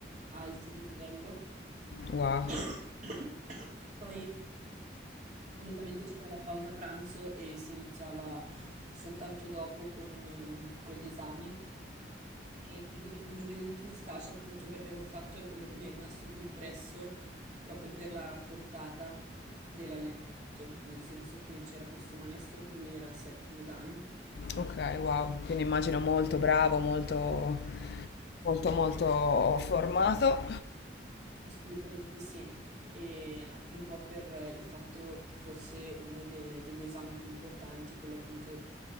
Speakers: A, on the right; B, on the left.
A: alti di livello.
B: Wow.
A: <coughs> Poi solitamente c'era la pausa pranzo e si iniziava soltanto dopo con, ehm, con gli esami. E credo che uno degli ultimi stage appunto che abbiamo fatto è quello che mi è rimasto più impresso proprio per la portata dell'allenamento, nel senso che c'era questo maestro che lui era settimo Dan,
B: Ok, wow. Quindi immagino molto bravo, molto, molto, molto formato.
A: assolutamente sì, e anche un po' per il fatto che fosse uno de- degli esami più importanti, quello appunto